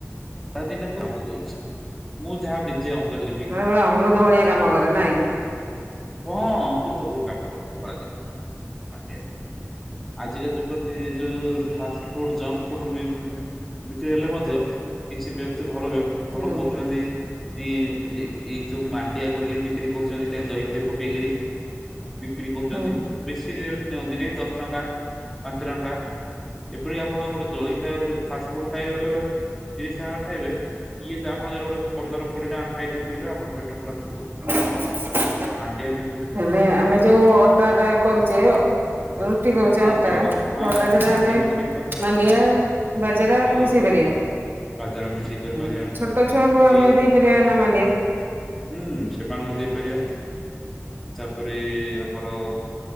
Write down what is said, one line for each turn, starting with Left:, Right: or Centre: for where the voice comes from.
Centre: ତା ଦିନେ ତ ଆମ ଦଉଛି ମୁଁ ଯାହା ନିଜେ ଅଙ୍ଗେ ଲିଭେ।
Right: ହଁ ଏଭଳିଆ ଅମୃତ ଭଳିଆ କାମ କରେ ନା କି।
Centre: ହଁ ଅମୃତ ଭଳି କାମ କରେ ଖରା ଦିନ ଆଜ୍ଞା ଆଜିକା ଯୁଗରେ ତ ଏ ଯୋଉ। ଫାଷ୍ଟ ଫୁଡ, ଜଙ୍କ ଫୁଡ ବିକ୍ରି ହେଲେ ମଧ୍ୟ କିଛି ବ୍ୟକ୍ତି ଭଲ ବ୍ୟ। ଭଲ
Right: ହୁଁ
Centre: କରୁଛନ୍ତି। ଏଇ, ଏଇ ତୁ ମାଣ୍ଡିଆ କରିକିରି ବିକ୍ରି କରୁଛନ୍ତି ଦହି, ଫହି ପକେଇକିରି। ବିକ୍ରି କରୁଛନ୍ତି।
Right: ହୁଁ।
Centre: ବେଶୀ ରେଲେ ନିଅନ୍ତି ନି ଦଶ ଟଙ୍କା, ପାଞ୍ଚ ଟଙ୍କା ଏପରି ଆପଣ ଗୋଟେ। ଜଳଖିଆ ଦେହେ ରେ ଫାଷ୍ଟ ଫୁଡ ଖାଇବା ଗଲେ। ତିରିଶି ଟଙ୍କାରେ ଖାଇବେ ଇଏ ତା ଆପଣ ଯଦି ଗୋଟେ ପନ୍ଦର, କୋଡିଏ ଟଙ୍କାରେ ଖାଇ ଦେଇଥିବେଲେ ଆପଣଙ୍କ ପେଟ ପୁରା ଫୁଲୁ।
Right: <unintelligible>
Centre: ମାଣ୍ଡିଆ ବି।
Right: ହେଲେ ଆମେ ଯୋଉ ଅଟା ଟା କରୁଛେ ଅ। ରୁଟି କରୁଛେ
Centre: ହଁ
Right: ଅଟା
Centre: ଅଟାରେ ମଧ୍ୟ
Right: ସେ
Centre: ହଁ
Right: ଅଟା ଦେହେରେ
Centre: ମାଣ୍ଡିଆ
Right: ଆମେ
Centre: ବିକ୍ରି କଲ
Right: ମାଣ୍ଡିଆ, ବାଜେରା
Centre: ହଁ
Right: ମିଶେଇ ପାରିବା।
Centre: ବାଜରା ମିଶେଇ କରିପାରିବା
Right: ହୁଁ ଛୋଟ ଛୁଆଙ୍କୁ ଆମେ
Centre: ଏଇ
Right: ଦେଇପାରିବା ନା ମାଣ୍ଡିଆ।
Centre: ହୁଁ ସେମାନଙ୍କୁ ଦେଇପାରିବା ତାପରେ ଆମର।